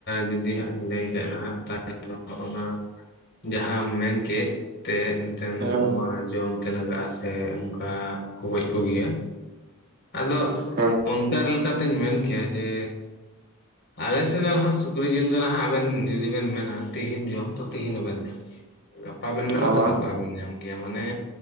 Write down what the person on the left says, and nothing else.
ᱡᱩᱫᱤ ᱦᱟᱸᱜ ᱤᱧ ᱞᱟᱹᱭ ᱠᱷᱟᱡ ᱱᱟᱸᱦᱟᱜ <unintelligible> ᱚᱱᱟ ᱡᱟᱦᱟᱸᱢ ᱢᱮᱱ ᱠᱮᱜ ᱛᱮ ᱮᱱᱛᱮᱫ
ᱱᱚᱣᱟ ᱡᱚᱢ ᱛᱮ ᱞᱟᱜᱟᱜᱼᱟ ᱥᱮ ᱱᱚᱝᱠᱟ ᱠᱚ ᱜᱚᱡ ᱠᱚ ᱜᱮᱭᱟ ᱟᱫᱚ
ᱚᱱᱠᱟ ᱞᱮᱠᱟᱛᱤᱧ ᱢᱮᱱ ᱠᱮᱭᱟ ᱡᱮ ᱟᱞᱮᱥᱮᱫ ᱫᱚ ᱱᱟᱦᱟᱜ ᱥᱩᱠᱨᱤ ᱡᱤᱞ ᱫᱚ ᱱᱟᱸᱦᱟᱜ ᱟᱵᱮᱱ ᱡᱩᱫᱤ ᱵᱮᱱ ᱢᱮᱱᱟ ᱛᱤᱦᱤᱧ ᱡᱚᱢ ᱛᱚ ᱛᱤᱦᱤᱧ ᱦᱚᱸᱵᱮᱱ ᱜᱟᱯᱟ ᱵᱤᱱ ᱢᱮᱱᱟ
ᱛᱚ ᱜᱟᱯᱟ ᱵᱤᱱ ᱧᱟᱢᱟ ᱜᱮᱭᱟ ᱢᱟᱱᱮ